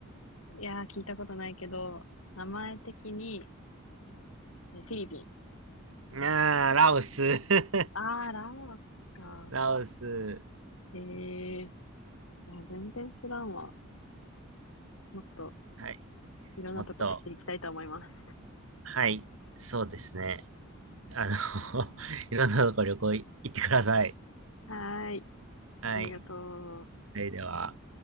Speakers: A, on the left; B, on the right.
A: いやー、聞いたことないけど、名前的に、えフィリピン。
B: ーン。ああ、ラオス。<laughs>
A: あー、ラオスか。
B: ラオス。
A: えー、いや、全然知らんわ。もっと
B: はい。
A: いろんなとこ知っていきたいと思います。
B: もっと。はい、そうですね。あの、<laughs> いろんなとこ旅行い行ってください。
A: はーい。
B: はい。
A: ありがとう。
B: それでは。